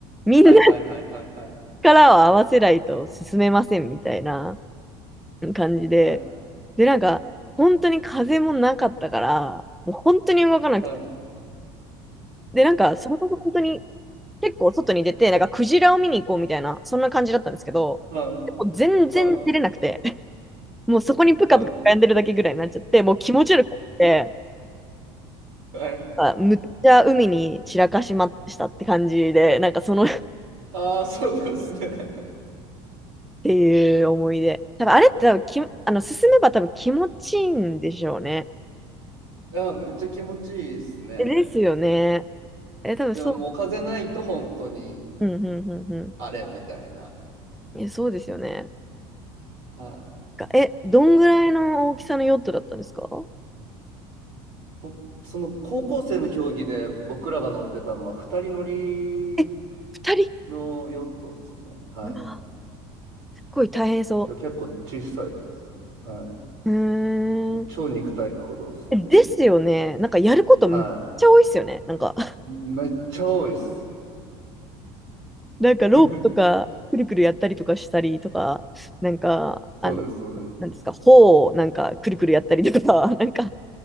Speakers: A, in the centre; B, on the right (about 75°).
A: みんな
B: はいはいはいはいはい。
A: 力を合わせないと進めませんみたいな感じで、
B: はい。
A: で、なんか、本当に風もなかったから、もう本当に動かなくて。
B: はい。
A: で、なんか、それこそ本当に結構外に出て、なんかクジラを見に行こうみたいな、そんな感じだったんですけど、
B: はい。
A: もう全然出れなくて、
B: はい
A: <laughs> もうそこにぷかぷか浮んでるだけぐらいになっちゃって、
B: はい。
A: もう気持ち悪くて、
B: はい。
A: あむっちゃ海に散らかしましたって感じで、なんかその <laughs> っ
B: ああ、そうなんですね。
A: ていう思い出。多分あれって多分き、あの、進めば多分気持ちいいんでしょうね。
B: いや、めっちゃ気持ちいいですね。
A: えですよね。え、多分そ
B: でももう風ないと本当に
A: う。うん、うん、うん、うん。
B: あれみたいな。
A: え、そうですよね。
B: はい。
A: がえ、どんぐらいの大きさのヨットだったんですか
B: 僕、その高校生の競技で僕らが乗ってたのは二人乗り
A: え二人
B: のヨットですね。はい。
A: うわ、すっごい大変そ
B: 結構小さいです。はい。
A: う。うーん。
B: もう超肉体労働ですね。
A: えですよね。なんかやることむっちゃ多いっすよね。
B: は
A: なんか、<laughs>
B: い。めっちゃ多いです。
A: なんかロープとか、
B: <laughs>
A: くるくるやったりとかしたりとか、なんか、
B: そうです、
A: あの、
B: そうです。
A: なんですか、帆をなんかくるくるやったりとか、<laughs> なんか、